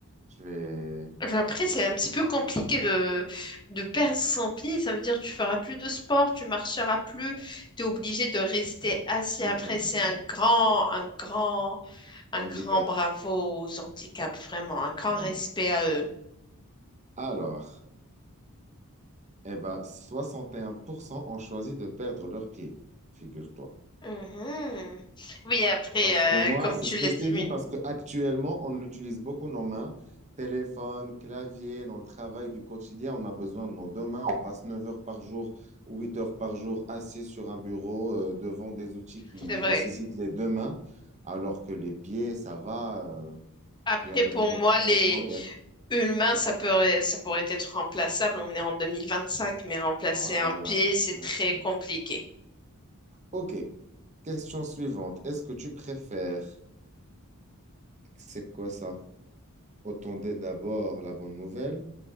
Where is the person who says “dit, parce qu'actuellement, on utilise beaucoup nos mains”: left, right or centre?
Right